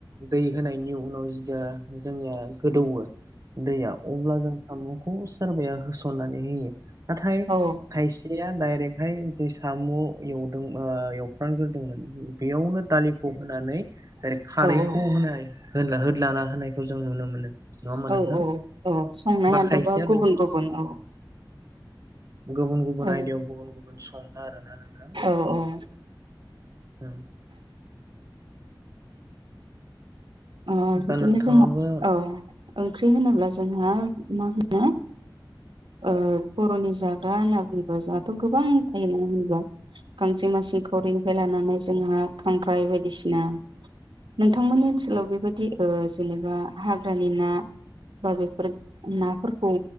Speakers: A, on the right; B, on the right.
A: दै होनायनि उनाव जिया जोंनिया गोदौवो दैया अब्ला जों सामु खौ सोरबाया होसननानै होयो। नाथाइ
B: औ
A: खायसेया डाइरेक्टहाय जे साम' एवदों ओ एवफ्रामग्रोदोंमोन। बेयावनो दालिखौ होनानै ओरै खारैखौ
B: औ
A: होनाय हो होदलाना होनायखौ जों नुनो मोनो। नङा होमबा
B: औ
A: नोंथां
B: औ औ संनायाथ'
A: खायसेया
B: बा गुबुन
A: बिदि
B: गुबुन औ
A: गुबुन गुबुन
B: औ
A: आयदायाव गुबुन गुबुन सङोना आरोना। नोंथां
B: औ औ
A: उम
B: ओ बिदिनो
A: दा नोंथाङाबो
B: जोंङो औ ओंख्रि होनोब्ला जोंहा मा होनो ओ बर'नि जाग्रा होनना बुंबा जोंहाथ' गोबां थायो ना होनोब्ला गांजेमा सेंखावरिनिफ्राय लानानै जोंहा खांख्राइ बायदिसिना नोंथांमोननि ओनसोलाव बेबायदि ओ जेनेबा हाग्रानि ना बा बेफोर नाफोरखौ